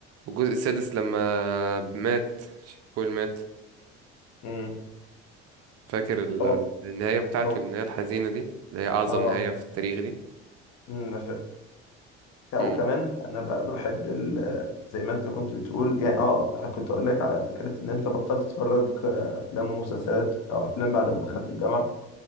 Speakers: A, on the right (about 50°); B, on the left (about 50°).
A: والجزء السادس لما مات شيك بول مات
B: امم
A: فاكر ال-
B: هو
A: النهايه بتاعته
B: هو
A: النهايه الحزينه دي اللي هي اعظم
B: اه
A: نهايه في التاريخ دي
B: امم لا
A: مم.
B: وكمان انا بقى بحب ال- زي ما انت كنت بتقول يعني اه كنت اقول لك على فكره ان انت بطلت تتفرج آه، افلام ومسلسلات او افلام بعد ما دخلت الجامعه